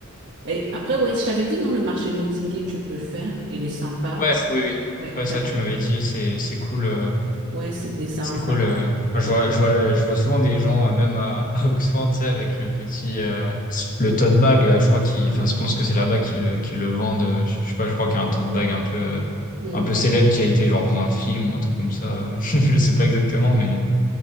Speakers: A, on the right; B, on the left.
A: Et après, ouais, je t'avais dit, non, le marché de Notting Hill, tu peux le faire. Il est sympa.
B: Ouais, oui, oui.
A: Ouais,
B: Ouais,
A: t'as-
B: ça tu m'avais dit, c'est c'est cool. euh,
A: ouais c'est des... c'est
B: C'est
A: un- c'est
B: cool.
A: un-
B: euh. Enfin, Je
A: Ouais.
B: vois, je vois, je vois souvent des gens, euh, même à, <laughs> à Oxford, tu sais, avec le petit, euh, le tote bag, là. Je crois qu'ils, enfin,
A: ouais.
B: je pense que c'est là-bas qu'ils le, qu'ils le vendent. euh, Je sais pas, je crois qu'il y a un tote bag un peu, euh,
A: Hmm.
B: un peu célèbre qui a été genre dans un film ou un truc comme ça. euh. <laughs> Je sais pas exactement, mais,